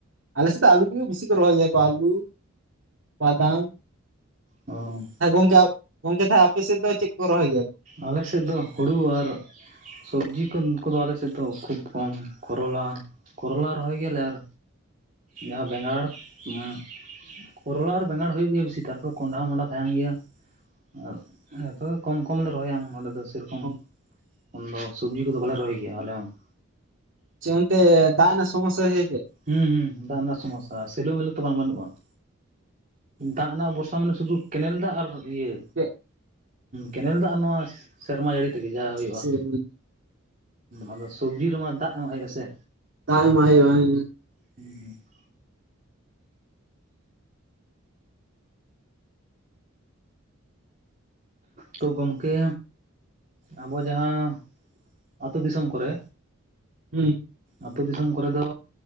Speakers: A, on the right; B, on the right.
A: ᱟᱞᱮ ᱥᱮᱫ ᱛᱚ ᱟᱹᱞᱩ ᱜᱮ ᱵᱤᱥᱤ ᱜᱮ ᱨᱚᱦᱚᱭ ᱜᱮᱭᱟ ᱠᱚ, ᱟᱹᱞᱩᱼᱼ ᱵᱟᱫᱟᱢ ᱾
B: ᱚ
A: ᱦᱮᱸ ᱜᱚᱝᱠᱮ, ᱜᱚᱝᱠᱮ ᱛᱟᱦᱚᱞᱮ ᱟᱯᱮ ᱥᱮᱫ ᱫᱚ ᱪᱮᱫ ᱠᱚ ᱨᱚᱦᱚᱭ ᱜᱮᱭᱟ?
B: ᱟᱞᱮ ᱥᱮᱫ ᱫᱚ ᱦᱩᱲᱩ ᱟᱨ ᱥᱚᱵᱽᱡᱤ ᱠᱚ ᱠᱚᱫᱚ ᱟᱞᱮ ᱥᱮᱫ ᱫᱚ ᱠᱷᱩᱵᱽ ᱠᱚᱢ, ᱠᱚᱨᱚᱞᱟ ᱠᱚᱨᱚᱞᱟ ᱨᱚᱦᱚᱭ ᱜᱮᱭᱟᱞᱮ ᱟᱨ ᱡᱟᱦᱟᱸ ᱵᱮᱸᱜᱟᱲ ᱦᱩᱸ ᱠᱚᱨᱚᱞᱟ ᱟᱨ ᱵᱮᱸᱜᱟᱲ ᱦᱩᱭᱩᱜ ᱜᱮᱭᱟ ᱵᱤᱥᱤ ᱛᱟᱨᱯᱚᱨᱮ ᱠᱚᱸᱰᱷᱟ ᱢᱚᱸᱰᱟᱷᱟ ᱛᱟᱦᱮᱱ ᱜᱮᱭᱟ ᱾ ᱟᱨ ᱡᱚᱛᱚ ᱜᱮ ᱠᱚᱢ ᱠᱚᱢ ᱞᱮ ᱨᱚᱦᱚᱭᱟ ᱱᱚᱰᱮ ᱫᱚ ᱥᱮᱨᱚᱠᱚᱢ
A: ᱦᱩᱸ
B: ᱾ ᱩᱱ ᱫᱚ ᱥᱚᱵᱽᱡᱤ ᱠᱚᱫᱚ ᱵᱟᱞᱮ ᱨᱚᱦᱚᱭ ᱜᱮᱭᱟ ᱟᱞᱮ ᱦᱚᱸ ᱾
A: ᱪᱮ ᱚᱱᱛᱮ ᱫᱟᱜ ᱮᱱᱟ ᱥᱚᱢᱚᱥᱭᱟᱛᱮ?
B: ᱦᱩᱸ ᱦᱩᱸ ᱫᱟᱜ ᱨᱮᱱᱟᱜ ᱥᱚᱢᱚᱥᱟ ᱥᱤᱞᱩ ᱢᱤᱞᱩ ᱛᱚ ᱵᱟᱝ ᱵᱟᱹᱱᱩᱜᱼᱟ ᱾ ᱫᱟᱜ ᱨᱮᱱᱟᱜ ᱵᱚᱨᱥᱟ ᱢᱟᱱᱮ ᱥᱩᱫᱷᱩ ᱠᱮᱱᱮᱞ ᱫᱟᱜ ᱟᱨ ᱤᱭᱟᱹ
A: ᱪᱮᱫ?
B: ᱠᱮᱱᱮᱞ ᱫᱟᱜ ᱟᱨ ᱱᱚᱣᱟ ᱥᱮᱨᱢᱟ ᱡᱟᱹᱲᱤ ᱛᱮᱜᱮ ᱡᱟ ᱦᱩᱭᱩᱜᱼᱟ
A: ᱪᱮᱫ
B: ᱟᱫᱚ ᱥᱚᱵᱽᱡᱤ ᱨᱮᱢᱟ ᱫᱟᱜ ᱮᱢᱚᱜ ᱦᱩᱭᱩᱜᱼᱟ ᱥᱮ?
A: <unintelligible> ᱮᱢᱟ ᱦᱩᱭᱩᱜᱼᱟ ᱾
B: ᱦᱩᱸ ᱦᱩᱸ ᱾ ᱛᱚ ᱜᱚᱝᱠᱮ ᱟᱵᱚ ᱡᱟᱦᱟᱸ ᱟᱹᱛᱩ ᱫᱤᱥᱚᱢ ᱠᱚᱨᱮ
A: ᱦᱩᱸ ᱾
B: ᱟᱹᱛᱩ ᱫᱤᱥᱚᱢ ᱠᱚᱨᱮ ᱫᱚ